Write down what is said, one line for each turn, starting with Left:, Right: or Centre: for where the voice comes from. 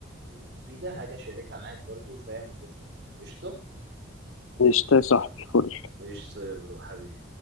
Right: مفيدة هاجي اشاركها معاك برضو فاهم وشوف رأيك قشطة
Left: قشطة يا صاحبي فل
Right: قشطة يا برو حبيبي